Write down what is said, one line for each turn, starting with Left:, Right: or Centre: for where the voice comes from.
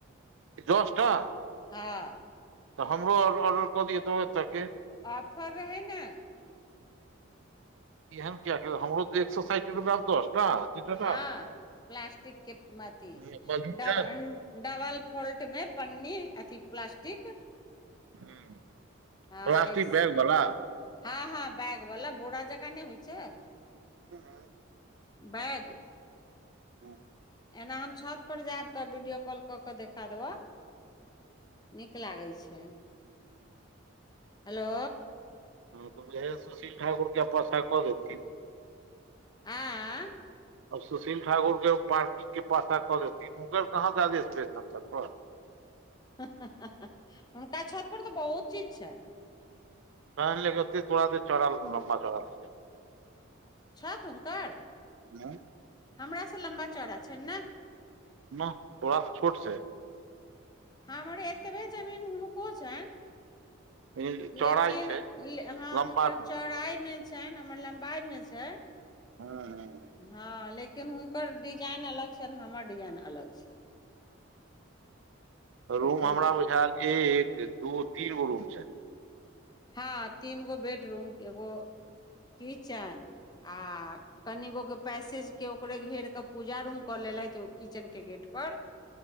Right: दस टा
Left: हँ
Right: तऽ हमरो ऑर्डर क दिअ एतऽ तऽ के
Left: ऑफर रहै ने।
Right: ईहन क हमरो एक सए साठि रूपयामे दस टा दूटा
Left: हँ
Right: टा
Left: प्लास्टिक के अथी
Right: मधुचन
Left: डबल फोल्ट मे पन्नी अथी प्लास्टिक
Right: ह
Left: हँ
Right: प्लास्टिक
Left: एक
Right: बैग बला
Left: हँ हँ बैग वला बोरा जका नहि होइ छै
Right: हू ह
Left: बैग
Right: हूं
Left: एना हम छत पर जायब तऽ वीडियो कॉल कऽ के देखा देब नीक लागै छै हेलो।
Right: हँ तऽ उएह सुशील ठाकुर के पाछा कऽ देथिन
Left: आँ
Right: आब सुशील ठाकुर के पार्किंग के पासा कऽ देथिन हुनककर कहाँ जादे स्पेश छै छत पर
Left: ह ह ह ह हुनका छत पर तऽ बहुत चीज छनि
Right: हां लेकिन ओते तोरा एतै चौरा लंबा चौरा नए
Left: छत हुनकर।
Right: हँ।
Left: हमरा से लम्बा चौड़ा छन ने।
Right: न तोड़ा छोट छै
Left: हमरे एतबे जमीन हुनको छनि
Right: लेकिन चौड़ाइ
Left: लेकिन
Right: छै
Left: हँ
Right: लम्बा
Left: हुनकर
Right: नहि
Left: चौराई मे छनि हमर लम्बाई मऽ छै
Right: हँ हँ।
Left: हँ, लेकिन हुनकर डिजाइन अलग छनि आ हमर डिजाइन अलग छै
Right: रूम
Left: ओहिके
Right: हमरा
Left: ल
Right: बुझायल एक दू तीन गो रूम छै
Left: हँ तीन गो बेडरूम एगो किचन आ कनिगोे पैसेज। ओकरे घेर के पूजा रूम कऽ लेलथि ओ किचेन के गेट पर